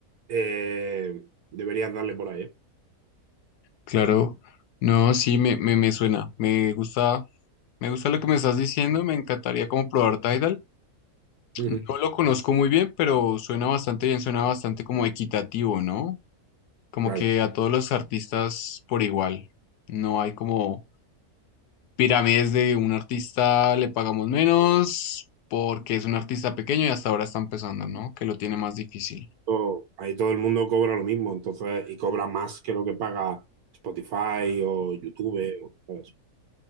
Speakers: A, on the right; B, on the left.
A: eh, deberías darle por ahí. ¿eh?
B: Claro, no, sí, me, me, me suena, me gusta, me gusta lo que me estás diciendo, me encantaría como probar Tidal.
A: Ujú,
B: No lo conozco muy bien, pero suena bastante bien, suena bastante como equitativo, ¿no? Como
A: Claro.
B: que a todos los artistas por igual. No hay como pirámides de un artista le pagamos menos porque es un artista pequeño y hasta ahora está empezando, ¿no? Que lo tiene más difícil.
A: todo- ahí todo el mundo cobra lo mismo, entonces, y cobra más que lo que paga Spotify o YouTube, o- ¿sabes?